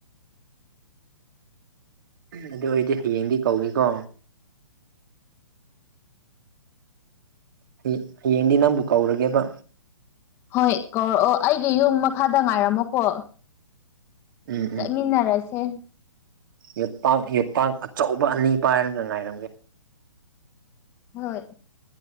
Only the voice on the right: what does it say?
ꯎꯝ ꯑꯗꯨ ꯑꯣꯏꯗꯤ ꯍꯌꯦꯡꯗꯤ ꯀꯧꯒꯦꯀꯣ ꯍꯩ ꯍꯌꯦꯡꯗꯤ ꯅꯪꯕꯨ ꯀꯧꯔꯒꯦꯕ
ꯎꯝ
ꯌꯦꯠꯄꯥꯛ ꯌꯦꯠꯄꯥꯛ ꯑꯆꯧꯕ ꯑꯅꯤ ꯄꯥꯏꯔꯒ ꯉꯥꯏꯔꯝꯒꯦ